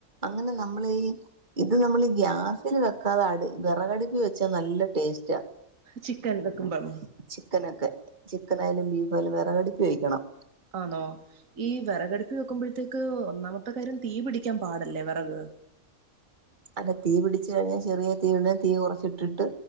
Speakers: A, on the right (about 30°); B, on the right (about 65°).
A: അങ്ങനെ നമ്മളി ഈ ഇത് നമ്മള് ഗ്യാസിൽ വെക്കാതെ അട് വെറകടുപ്പി വെച്ചാ നല്ല ടേസ്റ്റാ
B: ചിക്കൻ വെക്കുമ്പം
A: ചിക്കനൊക്കെ ചിക്കനയാലും ബീഫാലും വെറകടി പയോഗിക്കണം
B: ആന്നോ ഈ വെറകടുപ്പി വെക്കുമ്പോഴത്തേക്ക് ഒന്നാമത്തെ കാര്യം തീ പിടിക്കാൻ പാടല്ലേ വെറക്
A: അല്ല തീ പിടിച്ച കഴിഞ്ഞാ ചെറിയ തീണ് തീ കുറച്ച് ഇട്ടിട്ട്